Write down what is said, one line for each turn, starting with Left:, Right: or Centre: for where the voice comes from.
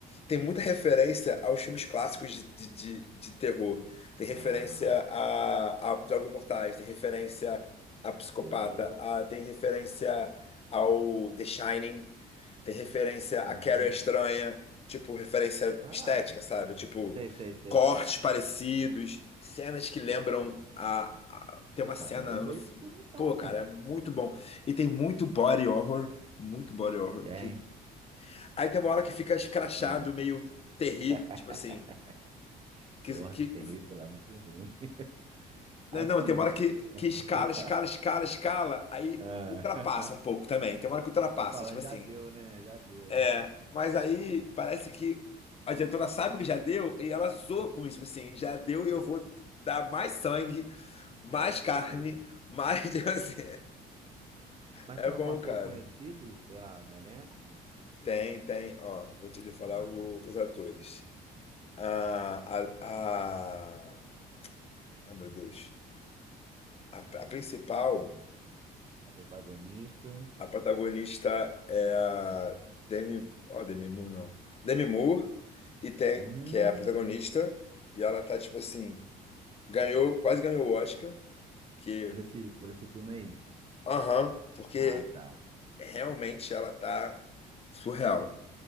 Left: Tem muita referência aos filmes clássicos de, de, de, de terror. Tem referência
Right: Ah,
Left: a, a Jogos Mortais, tem referência a Psicopata,
Right: pô.
Left: a- tem referência ao The Shining. Tem referência a
Right: Hum,
Left: Carrie a Estranha, tipo, referência
Right: caraca.
Left: estética, sabe? Tipo,
Right: Sei, sei, sei,
Left: cortes
Right: sei.
Left: parecidos, cenas que lembram a, a- Tem
Right: Pô,
Left: uma
Right: cara,
Left: cena.
Right: eu vou ver esse filme então,
Left: Pô, cara,
Right: mano.
Left: é muito bom. E tem muito body horror, muito body horror.
Right: Tem.
Left: Que... Aí tem uma hora que fica escrachado,
Right: Ah.
Left: meio terrir,
Right: <laughs>
Left: tipo assim. Que,
Right: Porra,
Left: que...
Right: que terrível, lá é muito ruim. <laughs>
Left: Não,
Right: Assim,
Left: não, tem
Right: muito...
Left: uma hora que,
Right: <laughs>
Left: que escala, escala, escala, escala, aí
Right: Ah,
Left: ultrapassa um pouco
Right: <laughs>
Left: também. Tem uma hora que ultrapassa,
Right: tu fala,
Left: tipo assim.
Right: já deu, né? Já deu.
Left: É, mas aí parece que a diretora sabe que já deu e ela zoa com isso, tipo assim, já deu e eu vou dar mais sangue, mais
Right: Pode ser
Left: carne,
Right: isso.
Left: mais, <laughs> tipo assim,
Right: Mas
Left: é
Right: tem
Left: bom,
Right: algum ator
Left: cara.
Right: conhecido, sei lá, no elenco?
Left: Tem, tem, ó, vou te lhe falar
Right: Ah,
Left: o- os atores. A, a, a, ai, meu Deus, a, a principal,
Right: a protagonista.
Left: a protagonista é a Demi, ó, Demi Moore não, Demi Moore, e tem,
Right: Hum,
Left: que é a protagonista, e ela tá, tipo assim, Ganhou, quase ganhou o Oscar, porque,
Right: por esse, por esse filme aí.
Left: aham, porque
Right: Ah, tá.
Left: realmente ela tá surreal.